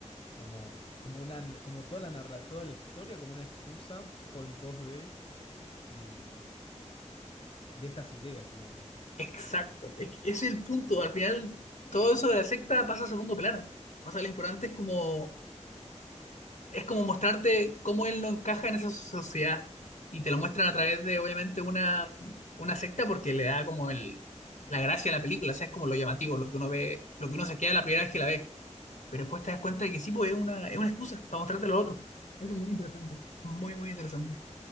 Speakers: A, on the left (about 45°); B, on the left (about 75°).
A: Como, como una, como toda la narra, toda la historia como una excusa po- en pos de, eh, de estas ideas, digamos.
B: Exacto. Es, que ese es el punto. Al final, todo eso de la secta pasa a segundo plano. O sea, lo importante es como, es como mostrarte cómo él no encaja en esa sociedad. Y te lo muestran a través de, obviamente, una, una secta porque le da como el, la gracia a la película. O sea, es como lo llamativo, lo que uno ve, lo que uno se queda la primera vez que la ve. Pero después te das cuenta de que sí, pues es una, es una excusa para mostrarte a los otros. Eso es muy interesante. Es muy, muy interesante.